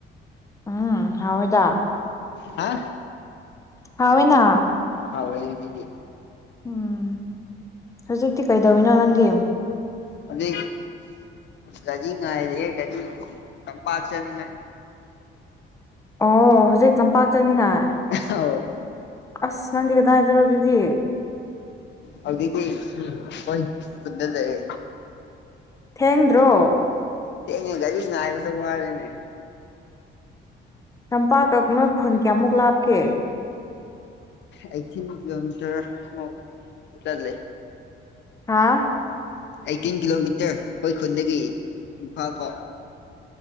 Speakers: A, on the left; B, on the left.
A: ꯎꯝ ꯍꯥꯎꯋꯤꯏꯗ꯫
B: ꯍꯥ꯫
A: ꯍꯥꯎꯋꯦꯅ꯫
B: ꯍꯥꯎꯋꯦ ꯉꯁꯤꯗꯤ꯫
A: ꯎꯝ ꯍꯧꯖꯤꯛꯇꯤ ꯀꯩꯗꯧꯔꯤꯅꯣ ꯅꯪꯗꯤ꯫
B: ꯍꯧꯖꯤꯛ ꯒꯥꯔꯤ ꯉꯥꯏꯔꯤꯌꯦ ꯇꯝꯄꯥꯛ ꯆꯠꯅꯤꯡ ꯉꯥꯏ꯫
A: ꯑꯣ ꯍꯧꯖꯤꯛ ꯂꯝꯄꯥꯛ ꯆꯠꯅꯤꯡ ꯉꯥꯏ꯫
B: ꯑꯧ꯫
A: ꯑꯁ ꯅꯪꯗꯤ ꯀꯗꯥꯏꯗꯔ ꯑꯗꯨꯗꯤ꯫
B: ꯍꯧꯖꯤꯛꯇꯤ ꯑꯈꯣꯏ ꯈꯨꯟꯗ ꯂꯩꯌꯦ꯫
A: ꯊꯦꯡꯗ꯭ꯔꯣ꯫
B: ꯊꯦꯡꯉꯦ ꯒꯥꯔꯤ ꯉꯥꯏꯕꯗ ꯋꯥꯔꯦꯅꯦ꯫
A: ꯂꯝꯄꯥꯛꯀ ꯅꯣꯏ ꯈꯨꯟ ꯀꯌꯥꯃꯨꯛ ꯂꯥꯞꯀꯦ꯫
B: ꯑꯩꯠꯇꯤꯟ ꯀꯤꯂꯣꯃꯤꯇꯔ ꯃꯨꯛ ꯆꯠꯂꯦ꯫
A: ꯍꯥꯥ꯫
B: ꯑꯩꯠꯇꯤꯟ ꯀꯤꯂꯣꯃꯤꯇꯔ ꯑꯩꯈꯣꯏꯈꯨꯜꯗꯒꯤ ꯏꯝꯐꯥꯜ ꯐꯥꯎ꯫